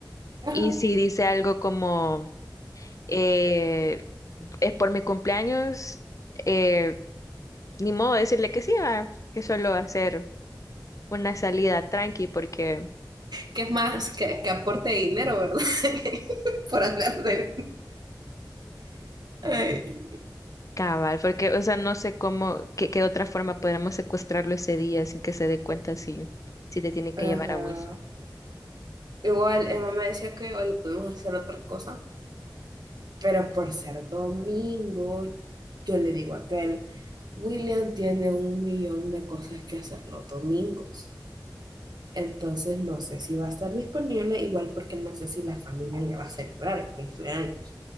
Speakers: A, on the right; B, on the left.
A: Ajá.
B: Y si dice algo como, eh, es por mi cumpleaños, eh, ni modo de decirle que sí, va, que solo hacer una salida tranqui porque
A: Que es más que, que aporte dinero, ¿verdad? <laughs> Por andar de... <laughs> Ay.
B: Cabal, porque, o sea, no sé cómo, qué, qué otra forma podríamos secuestrarlo ese día sin que se dé cuenta si, si te tiene que
A: Ajá.
B: llevar a vos.
A: Igual, Emma me decía que igual le podemos hacer otra cosa, pero por ser domingo, yo le digo a aquel, William tiene un millón de cosas que hacer los domingos. Entonces no sé si va a estar disponible, igual porque no sé si la familia le va a celebrar el cumpleaños.